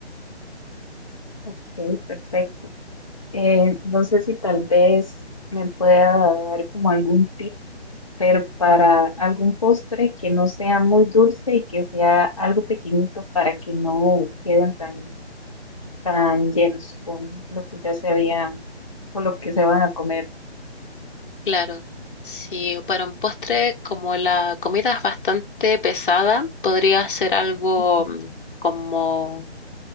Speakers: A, on the left (about 30°); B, on the left (about 50°).
A: Ok, perfecto. Eh, no sé si tal vez me pueda dar como algún tip, pero para algún postre que no sea muy dulce y que sea algo pequeñito para que no queden tan tan llenos con lo que ya se había, con lo que se van a comer.
B: Claro, si para un postre, como la comida es bastante pesada, podría ser algo
A: Ujú.
B: mm, como,